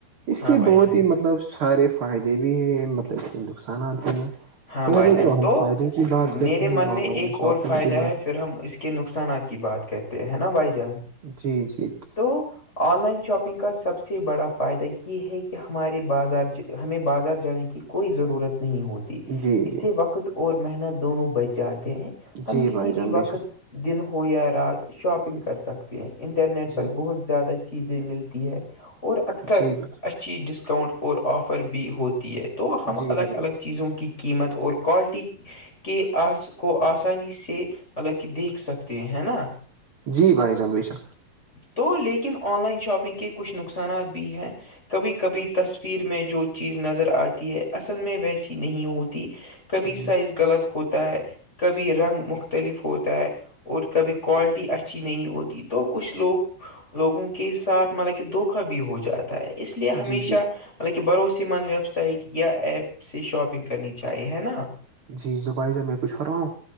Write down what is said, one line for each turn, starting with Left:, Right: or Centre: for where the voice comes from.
Right: اس
Left: ہاں
Right: کے
Left: بھائی
Right: بہت
Left: جان
Right: ہی مطلب سارے فائدے بھی ہیں مطلب اس کے نقصانات ہیں
Left: ہاں
Right: پہلے
Left: بھائی جان
Right: ہم
Left: تو
Right: فائدوں کی بات کرتے
Left: میرے
Right: ہیں
Left: من میں
Right: آن لائن
Left: ایک
Right: شاپنگ
Left: اور فائدہ
Right: کی بات
Left: ہے پھر ہم اس کے نقصانات کی بات کرتے ہیں نا بھائی جان
Right: جی جی
Left: تو آن لائن شاپنگ کا سب سے بڑا فائدہ یہ ہے کہ ہمارے بازار ہمیں بازار جانے کی کوئی ضرورت نہیں ہوتی
Right: جی
Left: اس
Right: جی
Left: سے وقت اور محنت دونوں بچ جاتے ہیں
Right: جی
Left: ہم کسی
Right: بھائی
Left: بھی
Right: جان بے
Left: وقت
Right: شک
Left: دن ہو یا رات شاپنگ کر سکتے ہیں انٹرنیٹ پر
Right: جی
Left: بہت زیادہ چیزیں ملتی ہے اور اکثر
Right: جی بھائی
Left: اچھی ڈسکاؤنٹ اور آفر بھی ہوتی ہے تو ہم
Right: جی
Left: الگ
Right: بھائی
Left: الگ
Right: جان
Left: چیزوں کی قیمت اور کوالٹی کے آ کو آسانی سے مطلب کہ دیکھ سکتے ہیں ہے نا
Right: جی بھائی جمریشا
Left: تو لیکن آن لائن شاپنگ کے کچھ نقصانات بھی ہیں کبھی کبھی تصویر میں جو چیز نظر آتی ہے اصل میں ویسی نہیں ہوتی کبھی
Right: جی
Left: سائز غلط ہوتا ہے کبھی رنگ مختلف ہوتا ہے اور کبھی کوالٹی اچھی نہیں ہوتی تو کچھ لوگ لوگوں کے ساتھ مطلب کہ دھوکا بھی ہو جاتا ہے اس لیے ہمیشہ
Right: جی جی
Left: مہ بھروسی مند ویب سائٹ یا ایپ سے شاپنگ کرنی چاہیے ہے نا
Right: جی زبھائی ج میں کچھ کر رہا ہوں